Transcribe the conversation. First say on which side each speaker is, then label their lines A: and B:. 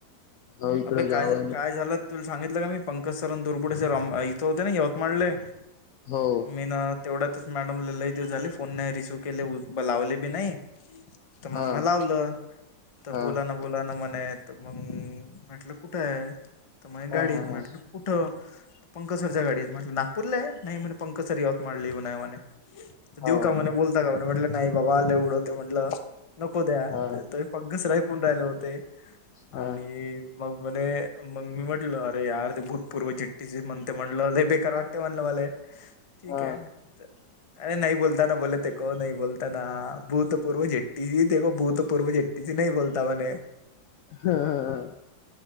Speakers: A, on the left; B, on the left.
A: हो इकडं
B: अबे
A: गाव
B: काय
A: आहे ना
B: काय झालत तुल सांगितलं का मी पंकज सर आणि दुरबुडे सर इथं होते ना यवतमाळले.
A: हो
B: मी ना तेवढ्यातच मॅडम ले लई दिवस झाले फोन नाही रिसीव केले. ब लावले बी नाही त
A: हा
B: मंग म लावलं. तर
A: हा
B: बोलाना बोलाना म्हणे त मंग म्हटलं कुठ आहे त म्हणे
A: हा
B: गाडीत
A: हा हा
B: म्हटलं. कुठं? पंकसरच्या गाडीत म्हटल नागपूरला आहे नाही म्हणे पंकसर यवतमाळ ना म्हने.
A: हाव
B: देऊ का म्हणे बोलता का म्हणे म्हटलं नाही बाबा आले उडंत म्हटलं नको द्या
A: हा
B: पंक घसराय कोण राहिले होते आणि.
A: हा
B: मग मणे मग मी म्हटलं अरे यार ते भूतपूर्व चिट्टीसिस म्हणते म्हटलं लई बेकार वाट ते म्हलं मले ठीक
A: हा
B: आहे
A: हा.
B: अरे नाही बोलताना बोले ते. क नाही बोलता ना भूतपूर्व झेट्टी देखो भूतपूर्व झेट्टठीशी नाही बोलता म्हणे
A: हा हा हा.